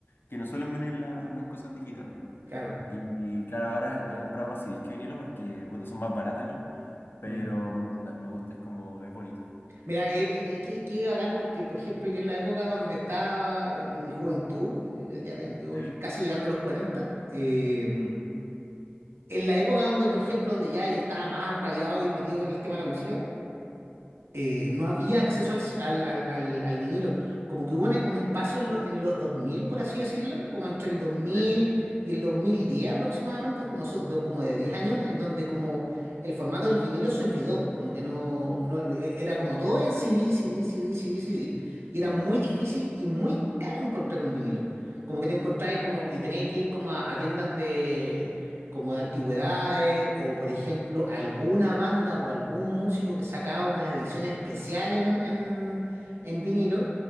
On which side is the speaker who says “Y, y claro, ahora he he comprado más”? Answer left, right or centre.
Left